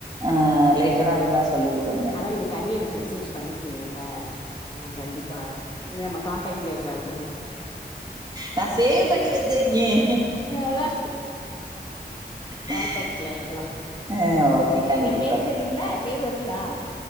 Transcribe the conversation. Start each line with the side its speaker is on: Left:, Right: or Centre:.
Right: ஆஹ் ரிலேட்டடா இருந்தா சொல்லி விடுங்க
Left: அதான் நீங்க தனியா எனக்கு மெசேஜ் பண்ணிருக்கீங்கல்ல ந கண்டிப்பா இனிமே கான் களிய இருலாம் <unintelligible>
Right: நான் சேவ்பண்ணி வச்சிருக்கேன்
Left: அதா
Right: <inaudible>
Left: கான்டாக்ட்ல இருக்கலா
Right: ஹம் ஓகே கண்டிப்பா
Left: என் பேர் தெரியும்ல பேர் வருதுலா